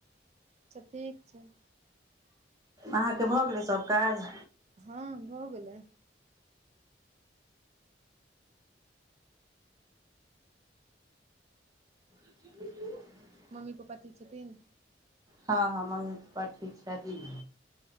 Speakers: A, on the right; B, on the right.
A: सब ठीक छै।
B: अहाँके भऽ गेलै सब काज।
A: हँ भऽ गेलै।
B: ब
A: मम्मी पप्पा ठीक छथिन?
B: हँ- हँ मम्मी पप्पा ठीक छथिन।